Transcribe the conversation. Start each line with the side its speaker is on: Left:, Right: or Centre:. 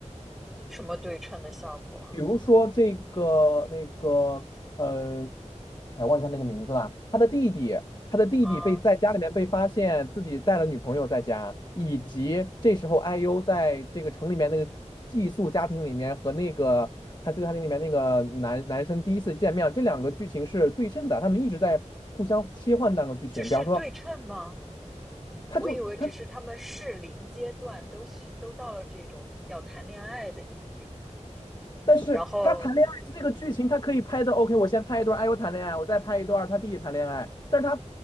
Centre: 什么对称的效果
Left: 比如说这个那个，呃，哎，忘记他那个名字了。他的弟弟，他的弟弟被在家里面被发现自己带了女朋友在家，
Centre: 啊？
Left: 以及这时候 IU 在这个城里面那个寄宿家庭里面和那个他寄宿家庭里面那个男男生第一次见面，这两个剧情是对称的，他们一直在互相切换这两个剧情。
Centre: 这是对称吗？
Left: 比方说，他就他
Centre: 我以为只是他们适龄阶段都需都到了这种要谈恋爱的年龄啊。
Left: 但是他谈恋爱这个剧情，
Centre: 然后，嗯，
Left: 他可以拍的 OK。我先拍一段哎呦谈恋爱，我再拍一段他弟弟谈恋爱。但是他